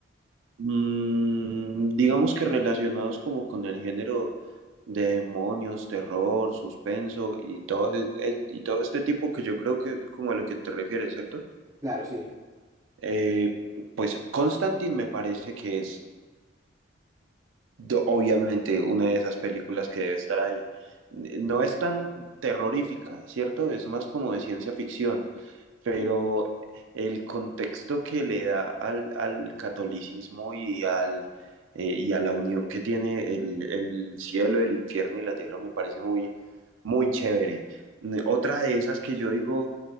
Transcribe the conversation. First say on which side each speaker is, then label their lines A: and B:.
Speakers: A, on the right; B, on the right.
A: Mm, digamos que relacionados como con el género de demonios, terror, suspenso y todo, e- e- y todo este tipo que yo creo que es como a lo que te refieres, ¿cierto?
B: Claro, sí,
A: Eh, pues Constantine me parece que es do- obviamente una de esas películas que debe estar ahí. No es tan terrorífica, ¿cierto? Es más como de ciencia ficción, pero
B: sí.
A: el contexto que le da al, al catolicismo y, al, eh, y a la unión que tiene el, el cielo, el infierno y la tierra me parece muy, muy chévere. Mm, Otra de esas que yo digo